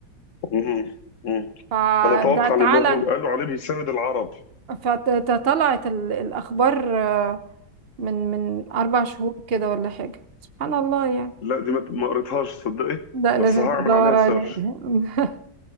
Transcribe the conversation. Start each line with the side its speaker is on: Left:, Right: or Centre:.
Left: مهم. مهم.
Right: فده
Left: انا اتوقع
Right: تعالى
Left: لان هو قالوا عليه بيساند العرب
Right: فطلعت ال- الأخبار آه، من من أربع شهور كده ولا حاجة سبحان الله يعني
Left: لا دي ما ما قريتهاش تصدقي
Right: لا لازم
Left: بس هعمل
Right: تدور
Left: عليها
Right: عليه
Left: سيرش
Right: <laughs>